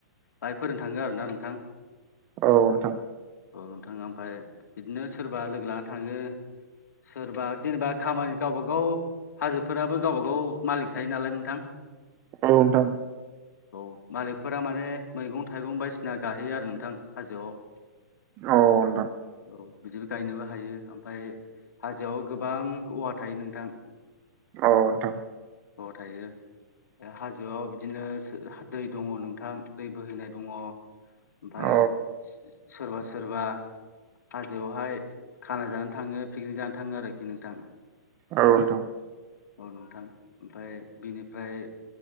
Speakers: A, on the left; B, on the right.
A: बाइकफोरजों थाङो आरोना नोंथां।
B: औ नोंथां।
A: औ नोंथाङा ओमफफ्राय बिदिनो सोरबा लोगो लाना थाङो। सोरबा जेनेबा खामानि गावबा गाव हाजोफोराबो गावबाागाव मालिक थायो नालाय नोंथां।
B: औ नोंथां।
A: औ मालिकफोरा माने मैगं थाइगं बायदिसिना गाहैयो आरो नोंथां हाजोआव
B: औ <inaudible>
A: औ बिदिबो गायनोबो हायो ओमफ्राय हाजोआव गोबां औवा थायो नोंथां।
B: औ नोंथां
A: अ थायो। हाजोआव बिदिनो दै दङ नोंथां दै बोहैनाय दङ। ओमफ्राय
B: औ
A: सोरबा सोर सोरबा हाजोआवहाय खाना जानो थाङो पिकनिक जानो थाङो आरोखि नोंथां।
B: औ नों थां
A: औ नोंथां ओमफफ्राय बिनिफ्राय